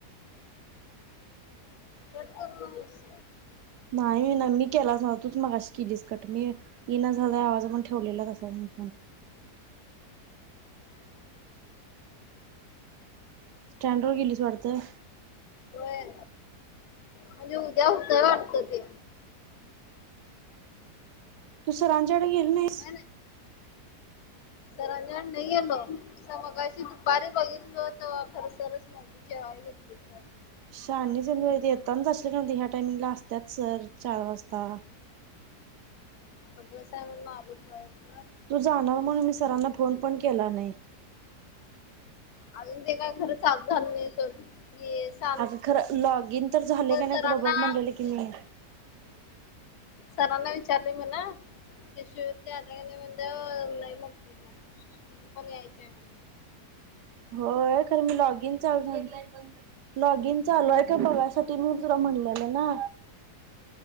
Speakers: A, on the left (about 70°); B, on the right (about 80°).
A: कट करु नगस.
B: नाही ना. मी केलाच नव्हता. तूच मघाशी केलीस कट. मी येइना झालाय आवाज म्हणूण ठेवलेला तसाच मी फोन. स्टँड वर गेलीस वाटतं?
A: व्हय. म्हणजे उद्या होतय वाटत ते.
B: तू सरांच्याकड गेली
A: होय
B: नाहीस?
A: सरांच्याकड नहीे गेलो. तसं मगाशी दुपारी बघितलं होत. खर सरच नव्हते. जेवायला गेलते.
B: शहानीच ये. मी म्हणतं येताना जाशील कारण ते ह्या टाइमिंगला असत्यात सर चार वाजता.
A: आता बस आहे म्हणून आलो पळत पळत.
B: तू
A: बसने
B: जाणार,
A: गेलो.
B: म्हणून मी सरांना फोन पण केला नाही.
A: अजून ते काय खरं चालू झाल नाही सोड. मी येस
B: अगं खरं लॉगइन तर झालंय का नाही
A: सरांना
B: तुला बघ
A: हम्म
B: म्हणलेलं की मी.
A: सरांना विचारली म्हण. शिशुविद्या आल्या काय नाही म्हटल्यावर नाही म्हटली. तिची पण यायची हाय म्हण.
B: होय खरं मी लॉग इन चालू झा लॉग इन चालूय हाय का बघायसाठी मी तुला म्हणलेलं ना?